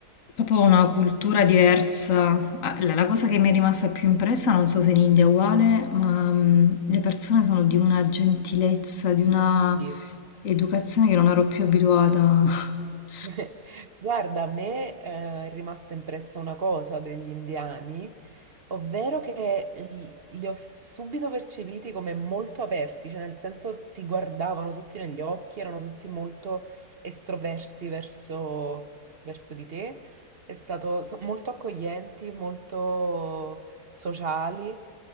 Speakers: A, on the left (about 55°); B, on the right (about 45°).
A: proprio una cultura diversa. Ah, La la cosa che mi è rimasta più impressa, non so se in India è uguale, ma mm, le persone sono di una gentilezza, di una
B: Sì.
A: educazione che non ero più abituata. <laughs>
B: <laughs> Guarda, a me eh, è rimasta impressa una cosa degli indiani, ovvero che li, li ho subito percepiti come molto aperti, cioè nel senso ti guardavano tutti negli occhi, erano tutti molto estroversi verso, verso di te, è stato so- molto accoglienti, molto sociali.